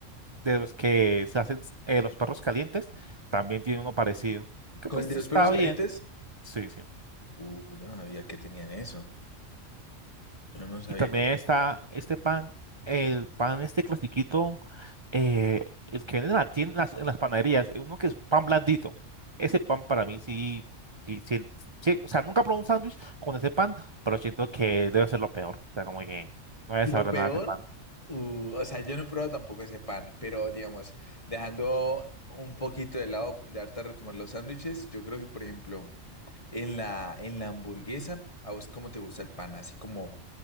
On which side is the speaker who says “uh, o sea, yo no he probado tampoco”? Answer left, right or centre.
Left